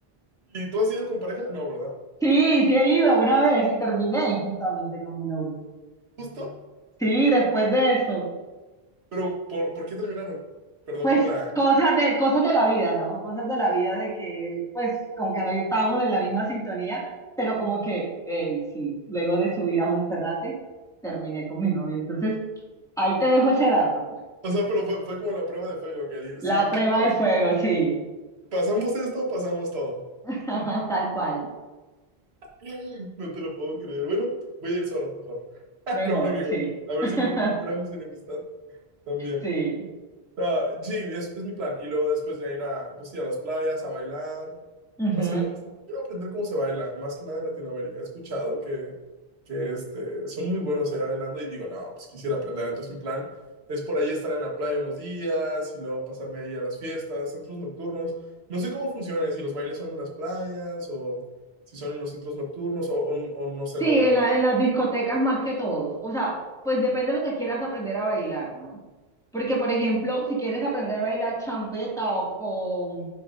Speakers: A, on the right; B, in the centre.
A: ¿Y tú has ido con pareja? No, ¿verdad?
B: Sí, sí he ido una vez y terminé justamente con mi novio.
A: Justo,
B: Sí, después de eso.
A: pero ¿por, por qué terminaron? Perdón
B: Pues
A: por la...
B: cosas de, cosas de la vida, ¿no? Cosas de la vida de que, pues, como que no estábamos en la misma sintonía, pero como que, hey, sí, luego de subir a Monserrate, terminé con mi novio. Entonces, ahí te dejo ese dato.
A: O sea, pero fue, fue como la prueba de fuego, que dije,
B: La
A: si
B: prueba
A: pas-
B: de fuego, sí.
A: pasamos esto, pasamos todo.
B: <laughs> Tal cual.
A: <gasps> No te lo puedo creer. Bueno, voy a ir solo, mejor. <laughs>
B: Mejor,
A: Con un amigo.
B: sí.
A: A ver
B: <laughs>
A: si no, no creamos enemistad también.
B: Sí.
A: Ah, sí, es, es mi plan. Y luego después ya ir a, pues sí, a las playas, a bailar.
B: Ujú.
A: No sé, me gusta. Quiero aprender cómo se baila, más que nada en Latinoamérica. He escuchado que, que este, son muy buenos allá bailando y digo, no, pues quisiera aprender. Entonces mi plan es por ahí estar en la playa unos días y luego pasarme ahí a las fiestas, centros nocturnos. No sé cómo funciona, si los bailes son en las playas o si son en los centros nocturnos o, o- o no sé,
B: Sí,
A: la verdad.
B: en la- en las discotecas más que todos. O sea, pues depende de lo que quieras aprender a bailar, ¿no? Porque, por ejemplo, si quieres aprender a bailar champeta o,